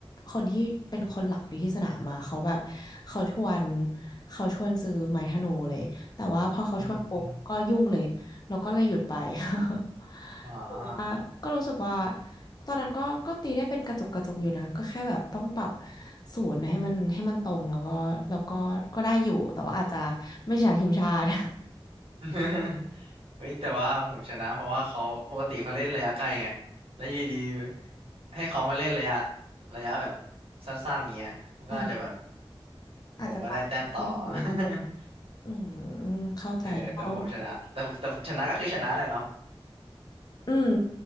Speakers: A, on the left; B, on the right.
A: คนที่เป็นคนหลักอยู่ที่สนามมาเขาแบบเขาชวนเขาชวนซื้อไม้ธนูเลยแต่ว่าพอเขาชวนปุ๊บก็ยุ่งเลยแล้วก็เลยหยุดไป
B: อืม
A: <laughs>
B: อ๋อ
A: แล้วก็รู้สึกว่าตอนนั้นก็ก็ตีได้เป็นกระจุกกระจุกอยู่นะก็แค่แบบต้องปรับศูนย์ให้มันให้มันตรงแล้วก็แล้วก็ก็ได้อยู่แต่ว่าอาจจะไม่ใช่ทีมชาติ
B: <laughs> เฮ้ยแต่ว่าผมชนะเพราะว่าเขาปกติเขาเล่นระยะไกลไงแล้วอยู่ดีให้เขามาเล่นระยะระยะแบบสั้นๆเงี้ยมันก็อาจจะแบบ
A: <laughs> อ่าอาจจะปรับผิดไม่ถูก
B: ผมก็ได้แต้มต่อ <laughs>
A: อืมเข้าใจเรา
B: เออแต่ว่าผมชนะแต่แต่ชนะก็คือชนะแหละเนาะ
A: อืม